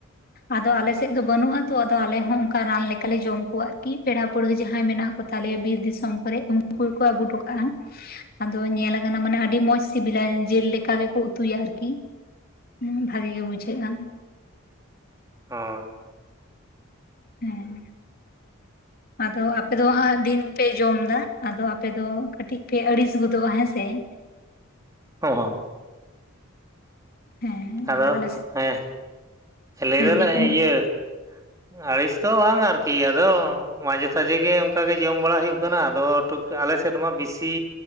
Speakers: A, on the left; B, on the right.
A: ᱟᱫᱚ ᱟᱞᱮ ᱥᱮᱜ ᱫᱚ ᱵᱟᱹᱱᱩᱜᱼᱟ ᱛᱚ ᱟᱞᱮ ᱦᱚᱸ ᱚᱝᱠᱟ ᱨᱟᱱ ᱞᱮᱠᱟᱞᱮ ᱡᱚᱢ ᱠᱚᱣᱟ ᱟᱨᱠᱤ ᱯᱮᱲᱟ ᱯᱟᱹᱲᱦᱟᱹ ᱡᱟᱦᱟᱸᱭ ᱢᱮᱱᱟᱜ ᱠᱚ ᱛᱟᱞᱮᱭᱟ ᱵᱤᱨ ᱫᱤᱥᱚᱢ ᱠᱚᱨᱮᱡ ᱩᱝᱠᱩ ᱜᱮᱠᱚ ᱟᱹᱜᱩ ᱴᱚ ᱠᱟᱜᱼᱟ ᱾ ᱟᱫᱚ ᱧᱮᱞ ᱟᱠᱟᱱᱟ ᱢᱟᱱᱮ ᱟᱹᱰᱤ ᱢᱚᱡᱽ ᱥᱤᱵᱤᱞᱟ ᱡᱮᱞ ᱞᱮᱠᱟ ᱜᱮᱠᱚ ᱩᱛᱩᱭᱟ ᱟᱨᱠᱤ ᱾ ᱦᱩᱸ ᱵᱷᱟᱜᱮ ᱜᱮ ᱵᱩᱡᱷᱟᱹᱜᱼᱟ ᱾
B: ᱦᱳᱭ ᱾
A: ᱦᱮᱸ ᱾
B: <inaudible>
A: ᱟᱫᱚ ᱟᱯᱮ ᱫᱚ ᱦᱟᱸᱜ ᱫᱤᱱ ᱯᱮ ᱡᱚᱢᱫᱟ ᱟᱫᱚ ᱟᱯᱮ ᱫᱚ ᱠᱟᱹᱴᱤᱡ ᱯᱮ ᱟᱹᱲᱤᱥ ᱜᱚᱫᱚᱜᱼᱟ ᱦᱮᱸᱥᱮ ᱾
B: ᱦᱚᱸ ᱦᱚᱸ ᱾
A: ᱦᱮᱸ
B: ᱟᱫᱚ
A: ᱟᱨ ᱟᱞᱮ ᱥᱮᱫ
B: ᱦᱮᱸ ᱞᱟᱹᱭᱫᱟᱞᱮ
A: ᱦᱮᱸ ᱞᱟᱹᱭ ᱵᱤᱱ
B: ᱤᱭᱟᱹ ᱟᱲᱤᱥ ᱫᱚ ᱵᱟᱝ ᱟᱨᱠᱤ ᱟᱫᱚ ᱢᱟᱡᱷᱮ ᱥᱟᱡᱷᱮ ᱜᱮ ᱚᱝᱠᱟᱜᱮ ᱡᱚᱢ ᱵᱟᱲᱟᱭ ᱦᱩᱭᱩᱜ ᱠᱟᱱᱟ ᱟᱫᱚ ᱴᱩᱠ ᱟᱞᱮ ᱥᱮᱫ ᱢᱟ ᱵᱤᱥᱤ